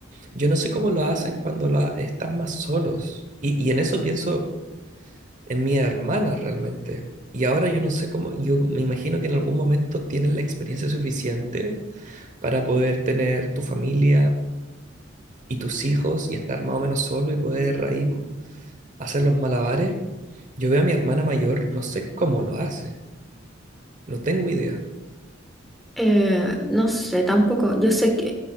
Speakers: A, on the right; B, in the centre.
A: Yo no sé cómo lo hacen cuando la, están más solos. Y, y en eso pienso en mi hermana realmente. Y ahora yo no sé cómo, yo me imagino que en algún momento tienen la experiencia suficiente para poder tener tu familia y tus hijos y estar más o menos solo y poder ahí hacer los malabares. Yo veo a mi hermana mayor, no sé cómo lo hace, no tengo idea.
B: Eh, no sé, tampoco. Yo sé que